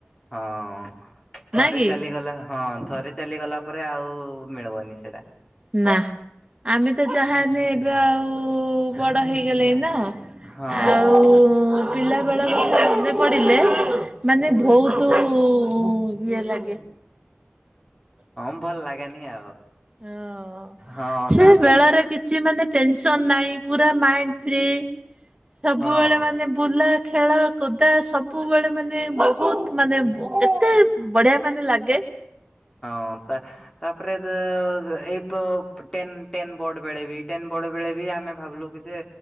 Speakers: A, on the left (about 20°); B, on the right (about 25°).
A: ହଁ ଥରେ
B: ନାଇଁ କି?
A: ଚାଲିଗଲା ହଁ ଥରେ ଚାଲିଗଲା ପରେ ଆଉ ମିଳିବନି ସେଟା।
B: ନା ଆମେ ତ ଯାହା ହେଲେ ଏବେ ଆଉ ବଡ ହେଇଗଲେ ନା।
A: ହଁ
B: ଆଉ ପିଲା ବେଳ ମନେ ପଡିଲେ ମାନେ ଭଉତୁ ଉ, ଇଏ ଲାଗେ।
A: ହଁ ଭଲ ଲାଗେନି ଆଉ।
B: ହଁ
A: ହଁ
B: ସେ
A: ତାପରେ
B: ବେଳରେ କି ଛି ମାନେ ଟେନସନ୍ ନାହିଁ ପୁରା ମାଇଣ୍ଡ ଫ୍ରି, ସବୁବେଳେ
A: ହଁ
B: ମାନେ ବୁଲା ଖେଳ କୁୁଦା ସବୁବେଳେ ମାନେ ବହୁତ ମାନେ ଏତେ ବଢିଆ ମାନେ ଲାଗେ।
A: ହଁ ତା ତାପରେ ଯେ ଯେ ଏଇ ପ-ଟେନ୍ ଟେନ୍ ବୋର୍ଡ଼ ବେଳେ ବି ଟେନ୍ ବୋର୍ଡ ବେଳେ ବି ଆମେ ଭାବିଲୁ ଯେ